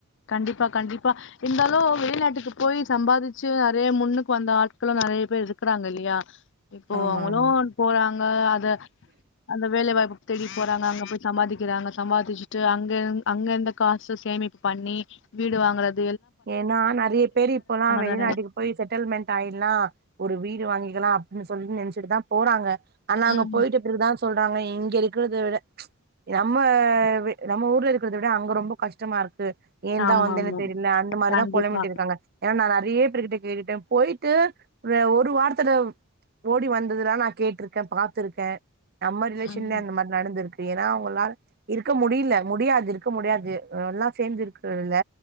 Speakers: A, on the left; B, on the right.
A: கண்டிப்பா கண்டிப்பா இருந்தாலு வெளிநாட்டுக்கு போய் சம்பாதிச்சு அதே முன்னுக்கு வந்தா ஆட்களு நறைய பேர் இருக்குராங்க இல்லையா இப்போ
B: ஆமா
A: அவங்களு
B: ஆமா
A: போறாங்க அத அந்த வேலைவாய்ப்புக்கு தேடி போறாங்க அங்க போய் சம்பாதிக்கிறாங்க சம்பாதிச்சுட்டு அங்க அங்க எந்த காசு சேமிப் பண்ணி வீடு வாங்கறது
B: ஏன்னா நறைய பேர் இப்பல்லா வெளிநாட்டுக்கு
A: தானே
B: போய் செட்டில்மெண்ட் ஆயிடலா ஒரு வீட் வாங்கிக்கிலா அப்பிடின்னு சொல்லி நெனச்சிட்டு தா போறாங்க ஆனாங்க
A: ம்
B: போயிட்ட பிறகுதா சொல் அவங்க இங்க இருக்கிறத விட ம்ச் நம்ம வி நம்ம ஊர்ல இருக்கிறத விட அங்க ரொம்ப கஷ்டமா இருக்கு ஏன்
A: ஆமா
B: தா வந்தேன்னு
A: ஆமா
B: தெரி அந்த மாரி
A: கண்டிப்பா
B: தா பொலம்பிட்டு இருக்காங்க ஏன்னா நா நறைய பே பேருகிட்ட கேட்டுட்டே போயிட் விட்டு ஒரு ஒரு வாரத்துல ஓடி வந்ததுல்லா நா கேட்டிருக்கே பாத்துருக்கே நம்ம ரிலேஷன்லயு
A: ம்
B: அந்த மாரி நடந்து இருக்கு ஏன்னா அவங்களா இருக்க முடியல முடியாது இருக்க முடியாது எல்லா சேந்திருக்துல்ல